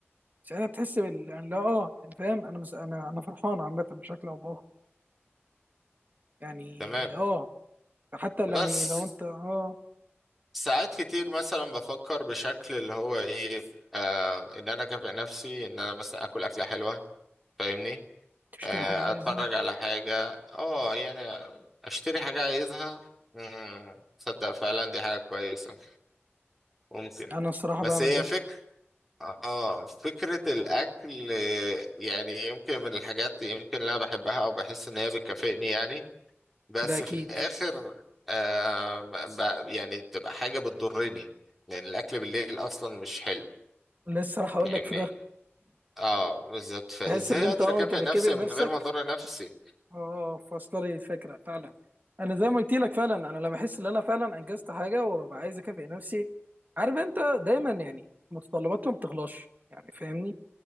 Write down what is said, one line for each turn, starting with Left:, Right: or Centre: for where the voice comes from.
Right: ساعتها بتحس بال يعني لا اه يعني فاهم انا مس... انا انا فرحان عامه بشكل او باخر يعني
Centre: تمام
Right: اه حتى ال-
Centre: بس
Right: يعني لو انت اه
Centre: ساعات كتير مثلا بفكر بشكل اللي هو ايه آه ان انا اكافئ نفسي ان انا مثلا اكل اكلة حلوة فاهمني
Right: تشتري
Centre: آه،
Right: حاجه عايزها
Centre: اتفرج على حاجة اه يعني اشتري حاجة عايزها مم، تصدق فعلا دي حاجة كويسة ممكن
Right: انا الصراحه
Centre: بس
Right: بعمل
Centre: هي
Right: ده
Centre: فكرة اه فكرة الاكل آه، يعني يمكن من الحاجات يمكن اللي انا بحبها او بحس ان هي بتكافئني يعني بس
Right: ده اكيد
Centre: في الاخر آه ما- ب- يعني بتبقى حاجة بتضرني لان الاكل بالليل اصلا مش حلو
Right: لسه راح اقول
Centre: يعني
Right: لك في ده
Centre: اه بالظبط فازاي
Right: تحس ان انت
Centre: اقدر
Right: اه
Centre: اكافئ
Right: انت بتكافئ
Centre: نفسي
Right: نفسك
Centre: من غير ما اضر نفسي
Right: اه آه، فاصله لي الفكره فعلا انا زي ما قلت لك فعلا انا لما بحس ان انا فعلا انجزت حاجه وببقى عايز اكافئ نفسي عارف انت دايما يعني متطلباتنا ما بتخلصش يعني فاهمني